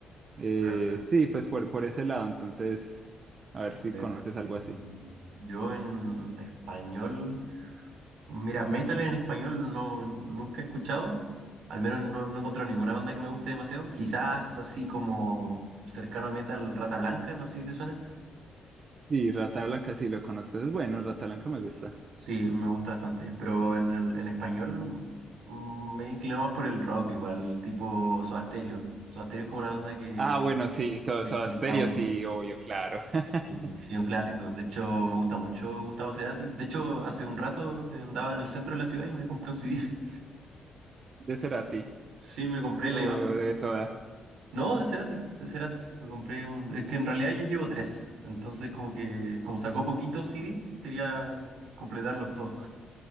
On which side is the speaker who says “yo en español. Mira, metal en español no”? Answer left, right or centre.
Right